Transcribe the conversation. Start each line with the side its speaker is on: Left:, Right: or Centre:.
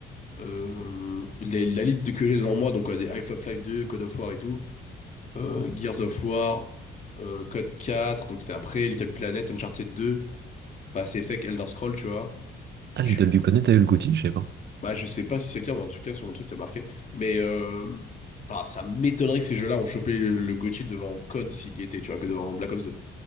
Left: euh, les- la liste de- que j'ai devant moi, donc euh, des Half of Life 2, Code of War et tout, euh, Gears of War, euh, Code 4, donc c'était après, Little Planet, Uncharted 2, Mass Effect, Elder Scrolls, tu vois.
Right: Ah,
Left: Je
Right: Little
Left: suis
Right: Big Planet, t'as eu le gothi Je sais pas.
Left: Bah, je sais pas si c'est le cas, mais en tout cas, sur le truc, t'as marqué. Mais euh, bah, ça m'étonnerait que ces jeux-là ont chopé le, le GOTY devant COD s'il y était, tu vois, que devant Black Ops 2.